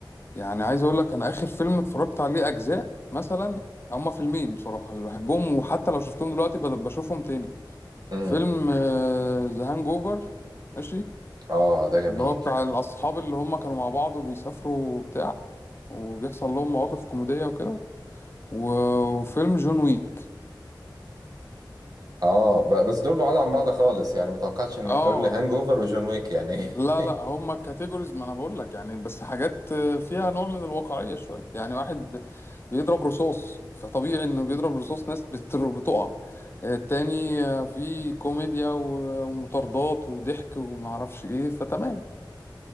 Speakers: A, on the left (about 30°); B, on the right (about 50°).
A: يعني عايز اقول لك انا اخر فيلم اتفرجت عليه اجزاء مثلا هما فيلمين بصراحه اللي بحبهم وحتى لو شفتهم دلوقتي بد- بشوفهم تاني
B: امم
A: فيلم ذا هانج اوفر ماشي
B: اه ده جميل
A: اللي هو بتاع الاصحاب اللي هم كانوا مع بعض وبيسافروا وبتاع وبيحصل لهم مواقف كوميدية وكده و- وفيلم جون ويك
B: اه ب- بس دول بعاد عن بعض خالص يعني ما توقعتش انك
A: اه
B: تقول لي هانج اوفر وجون ويك يعني
A: لا
B: <laughs>
A: لا هما كاتيجوريز ما انا بقول لك يعني بس حاجات آه، فيها نوع من الواقعية شوية يعني واحد بيضرب رصاص فطبيعي انه بيضرب رصاص ناس بت- بتقع آه، التاني آه، في كوميديا و- ومطاردات وضحك ومعرفش ايه فتمام